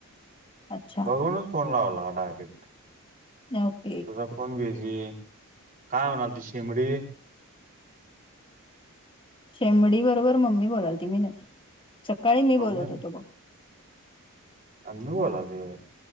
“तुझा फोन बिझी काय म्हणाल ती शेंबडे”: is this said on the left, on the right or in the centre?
Right